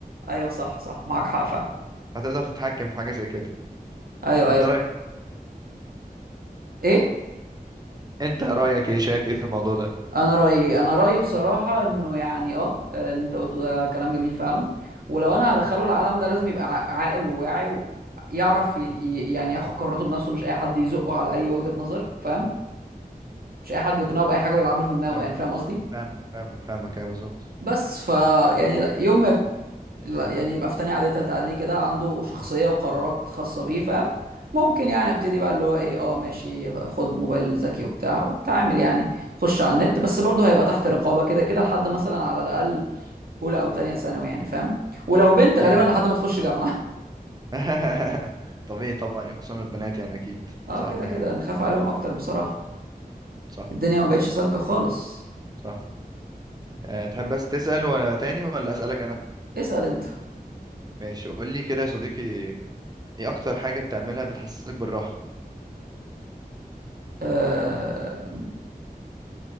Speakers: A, on the right; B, on the right.
A: ايوه صح صح معاك حق فعلا
B: فهتقدر تتحكم في حاجه زي كده
A: ايوه ايوه
B: انت رايك
A: ايه
B: انت رايك ايه شايف ايه في الموضوع ده
A: انا رايي انا رايي بصراحه انه يعني اه آه، اللي انت قلته ده كلام جميل فعلا ولو انا هدخله العالم ده لازم يبقى عا- عاقل وواعي ويعرف ي- ي- يعني ياخد قراراته بنفسه مش اي حد يزقه على اي وجهه نظر فاهم مش اي حد يقنعه باي حاجه ويلعب له في دماغه
B: فاهمك
A: يعني فاهم قصدي
B: فاهمك فاهمك فاهمك ايوه بالظبط
A: بس ف يعني لا- يوم ما يب- لا، يعني يبقى في تانية اعدادي تالتة اعدادي كده عنده شخصيه وقرارات خاصه بيه فاهم ممكن يعني ابتدي بقى اللي هو ايه اه ماشي خد موبايل ذكي وبتاع وتعامل يعني خش على النت بس برضه هيبقى تحت رقابه كده كده لحد مثلا على الاقل اولى او تانية ثانوي يعني فاهم ولو بنت غالبا
B: ايوه
A: لحد ما تخش جامعه
B: <laughs> طبيعي طبعا يعني خصوصا البنات يعني اكيد
A: <laughs> اه
B: صح
A: كده
B: يعني
A: كده نخاف عليهم اكتر بصراحه
B: صح
A: الدنيا ما بقتش سالكه خالص
B: صح أه تحب بس تسأل ولا تاني ولا أسألك انا
A: اسال انت
B: ماشي قول لي كده يا صديقي ايه اكتر حاجة بتعملها بتحسسك بالراحة
A: آه